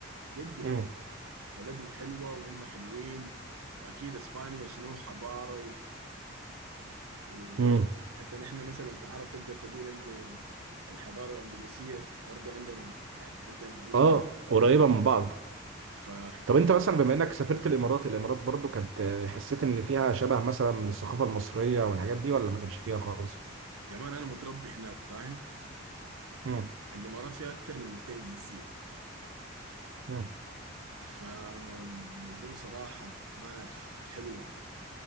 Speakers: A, on the right; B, on the right.
A: جد جد
B: امم
A: بلدهم حلوة وهم حلوين وأكيد إسبانيا شنو حضارة وحتى
B: امم
A: نحن مثلا كعرب تقدر تقول انه الحضارة الأندونيسية برضو عندنا يعني عندنا عندهم
B: اه قريبه
A: اه
B: من بعض
A: ف
B: طب انت مثلا بما انك سافرت الامارات الامارات برضو كانت آه، حسيت ان فيها شبه مثلا من الثقافه المصريه والحاجات دي ولا ما كانش فيها خالص
A: يا مان انا متربي هناك فاهم
B: مم.
A: فالامارات فيها اكتر من 200 جنسية
B: مم.
A: فموضوع صراحة ما اعرف حلو يعني